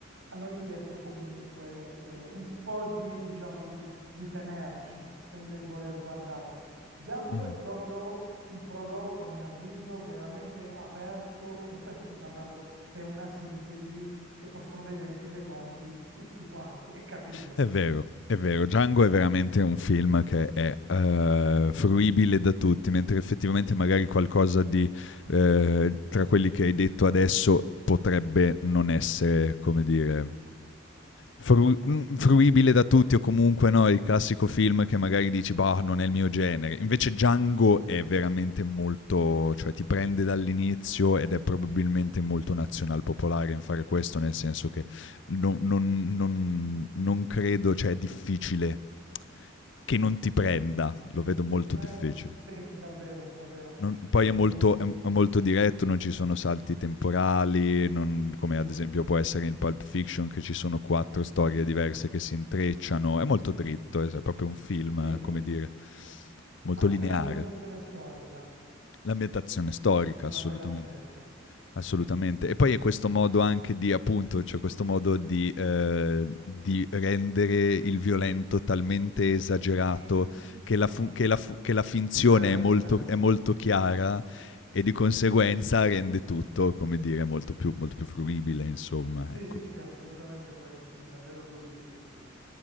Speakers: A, on the right; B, on the left.
A: hanno richiesto comunque eh, un po' di, diciamo, di, di tenerci nel nel voler guardare. Django
B: Mh.
A: è proprio un prodotto, a mio avviso, veramente aperto, per questo ti parlavo che è una sintesi che possono vedere in fin dei conti tutti quanti e capire.
B: È vero, è vero, Django è veramente un film che è eh, fruibile da tutti, mentre effettivamente magari qualcosa di eh, tra quelli che hai detto adesso potrebbe non essere, come dire, fru- mm, fruibile da tutti o comunque no, il classico film che magari dici, bah, non è il mio genere. Invece Django è veramente molto, cioè ti prende dall'inizio ed è probabilmente molto nazional popolare in fare questo, nel senso che non, non- non- non credo, cioè è difficile che non ti prenda,
A: Sì,
B: lo vedo molto
A: eh,
B: difficile.
A: sì, davvero, davvero.
B: Non- poi
A: Eh,
B: è molto, è- è molto diretto, non ci sono salti temporali, non- come
A: sì,
B: ad esempio può essere in Pulp Fiction che ci sono quattro storie diverse che si intrecciano,
A: giusto.
B: è molto dritto, è proprio un film,
A: Sì,
B: come dire, molto
A: ma anche
B: lineare.
A: l'ambientazione storica
B: L'ambientazione storica,
A: è una
B: assolutamente.
A: bella scelta.
B: Assolutamente. E poi è questo modo anche di, appunto, cioè questo modo di, eh, di rendere il violento talmente esagerato
A: <laughs>
B: che la, fu- che la fu- che la finzione
A: Certo,
B: è molto,
A: certo.
B: è molto chiara e di conseguenza rende tutto, come dire, molto più, molto più fruibile, insomma,
A: Sì,
B: ecco.
A: sì, sì, assolutamente, poi è un film davvero godibilissimo.